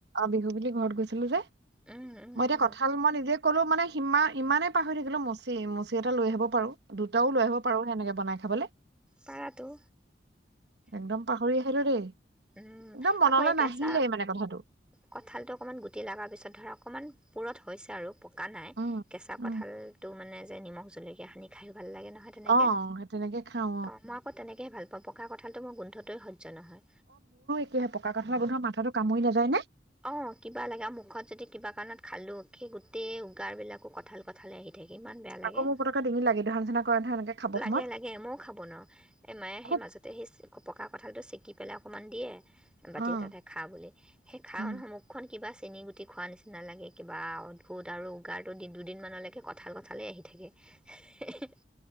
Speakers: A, on the right (about 70°); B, in the centre.
A: বিহু বুলি ঘৰত গৈছিলো যে
B: উম উম
A: মই
B: উম
A: এতিয়া কঁঠাল মই নিজে। ক'লোঁ মানে সিমান ইমানেই পাৰ হৈ থাকিলো মচি মচি এটা লৈ আহিব পাৰোঁ। দুটাও লৈ আহিব পাৰো সেনেকে বনাই খাই। খাবলে।
B: পাৰাটো
A: একদম পাহৰি আহিলো দেই।
B: উম
A: একদম মনলৈ
B: আকৌ এই কেঁচা
A: নাহিলেই মানে কথাটো
B: কঁঠাল টো অকনমান গুটি লগা পিছত ধৰা অকণমান পুৰঠ। হৈছে আৰু পকা নাই
A: উম
B: কেঁচা
A: উম
B: কঁঠালটো মানে। নিমখ জলকীয়া সানি খাই ও। ভাল লাগে নহয় তেনেকে
A: অ সেই তেনেকে খাওঁ
B: অ আক মই তেনেকেই ভাল। পকা কঠালটোৰ গোন্ধটোৱে সহ্য নহয়।
A: সে পকা কথা কঠালৰ গোন্ধ টো মাঠাটো কামুৰি নাযায় নে।
B: অ', কিবা লাগে আৰু মুখত যদি কিবা কাৰণত খালোঁ, সেই গোটেই উগাৰবিলাকো কঁঠাল কঁঠালে আহি তেনেকে ইমান বেয়া লাগে
A: আকৌ মোৰ পতককে ডিঙিত লাগি ধৰা নিচিনা কৰে নহয় এনেকে খাব
B: লাগে
A: সময়ত
B: লাগে মও খাব নোৱাৰো এ মায়ে
A: খুব
B: সেই মাজতে সেই। পকা কঁঠালটো চেকি পেলাই অকণমান দিয়ে। বাতি
A: উম
B: এটাতে খা বুলি সেই। খাও
A: উম
B: নহয় মুখখন কিবা চেনি গুটি খোৱা নিচিনা লাগে কিবা অদ্ভুত আৰু উগাৰটো দুদিনমানলৈকে কঁঠাল কঁঠালেই আহি থাকে।